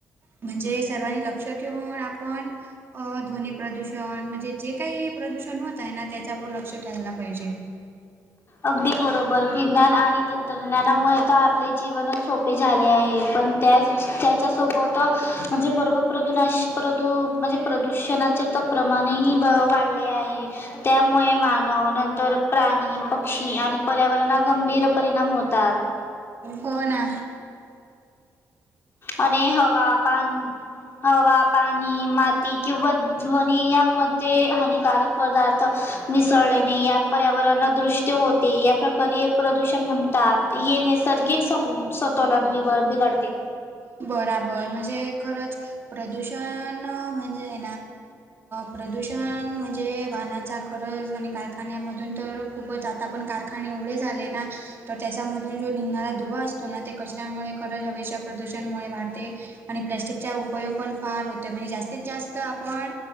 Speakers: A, on the right; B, on the left.
A: म्हणजे सर्वांनी लक्ष ठेवून आपण. ध्वनी प्रदूषण म्हणजे जे काही प्रदूषण होत आहे ना त्याच्यावर लक्ष ठेवायला पाहिजे.
B: अगदी बरोबर विज्ञान आणि तंत्रज्ञानामुळे तर आपले. जीवनच सोपे झाले आहे पण त्याच त्याच्यासोबत म्हणजे बरोबर. प्रदूनाश प्रदू म्हणजे प्रदूषणाचे तर प्रमाणेही वाढले आहे. त्यामुळे मानव नंतर प्राणी. पर्यावरणाात गंभीर परिणाम होतात.
A: होना.
B: आणि हवा पाणी हव. पाणी माती किंवा ध्वनी यामध्ये हानिकारक. पदार्थ मिसळलेने या पर्यावरण दृष्ट्य होते या प्रकारे प्रदूषण होते. हे नैसर्गिक समतोल बिघडते.
A: बरोबर म्हणजे खरंच प्रदूषण म्हणजे प्रदूषण म्हणजे वाहनाचा खरच आणि कारखान्यामधून तर खूपच आाता पण कारखाने एवढे झाले ना तर त्याच्यामधून जो निघणारा धुवा असतो ना ते कचऱ्यामुळे खरंच हवेच्या प्रदूषणमुळे वाढते आणि प्लॅस्टिकचा उपयोग पण फार होतोय म्हणजे जास्तीत जास्त आपण